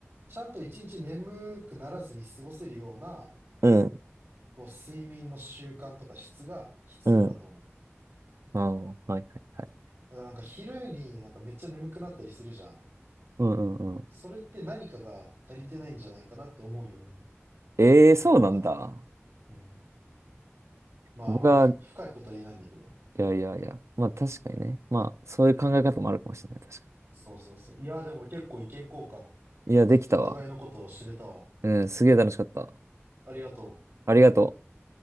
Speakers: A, on the right; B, on the right.
A: ちゃんと一日眠くならずに過ごせるような
B: うん。
A: こう、睡眠の習慣とか質が必要だと思う。
B: うん。ああ、はいはいはい。
A: だからなんか昼になんかめっちゃ眠くなったりするじゃん。
B: うんうんうん。
A: それって何かが足りてないんじゃないかなって思うように
B: ええ、そうなんだ。
A: 思うかな。うん。まああまり深いことは言えないんだけど。
B: 僕は、いやいやいや。まあ確かにね。まあ、そういう考え方もあるかもしれない。確か
A: そうそうそう。いやーでも結構意見交換
B: に。いや、
A: できてお互いのことを知れたわ。
B: できたわ。うん、すげえ楽しかった。
A: ありがとう。
B: ありがとう。